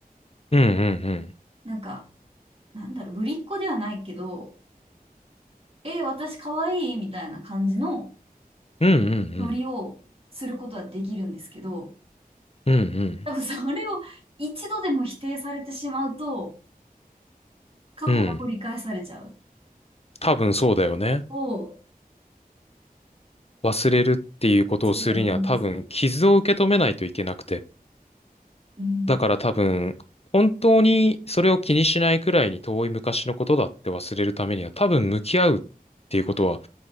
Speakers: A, on the left; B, on the right.
A: うんうんうん。
B: なんか、なんだろう、ぶりっ子ではないけど、え、私可愛いいみたいな感じの
A: うんうんうん。
B: ノリをすることはできるんですけど、
A: うんうん。
B: 多分それを一度でも否定されてしまうと、過去が掘り返されちゃう。
A: うん。多分そうだよね。
B: を
A: 忘れるっていうことをするには多分傷を受け止めないといけなくて。
B: そうなんですよ。うん。
A: だから多分、本当にそれを気にしないくらいに遠い昔のことだって忘れるためには多分向き合うっていうことは